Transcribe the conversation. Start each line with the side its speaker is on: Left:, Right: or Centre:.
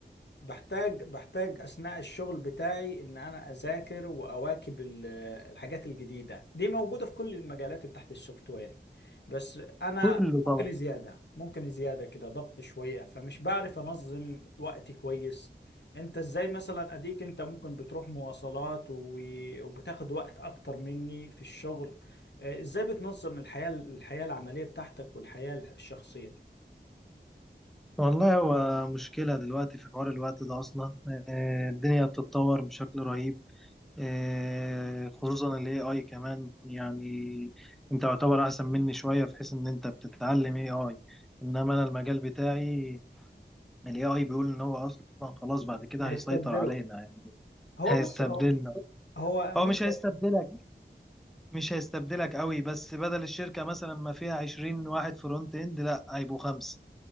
Left: بحتاج بحتاج أثناء الشغل بتاعي إن أنا أذاكر وأواكب ال- الحاجات الجديدة دي موجودة في كل المجالات تحت السوفت وير بس أنا
Centre: كله
Left: ممكن
Centre: طبعا
Left: زيادة ممكن زيادة كده ضغط شوية فمش بعرف أنظم وقتي كويس أنت إزاي مثلا أديك أنت ممكن بتروح مواصلات و- وبتاخد وقت أكتر مني في الشغل آه، إزاي بتنظم الحياة الحياة العملية بتاعتك والحياة الشخصية
Centre: والله هو مشكلة دلوقتي في حوار الوقت ده أصلا آه، الدنيا بتتطور بشكل رهيب آه، خصوصا ال AI كمان يعني أنت يعتبر أحسن مني شوية في حيث إن أنت بتتعلم AI إنما أنا المجال بتاعي ال AI بيقول إن هو أصلا خلاص بعد كده
Left: هيستبدله
Centre: هيسيطر علينا
Left: هو
Centre: هيستبدلنا
Left: بص هو هو
Centre: هو
Left: مش
Centre: مش هيستبدلك مش هيستبدلك قوي بس بدل الشركة مثلا ما فيها 20 واحد فرونت اند لا هيبقوا خمسة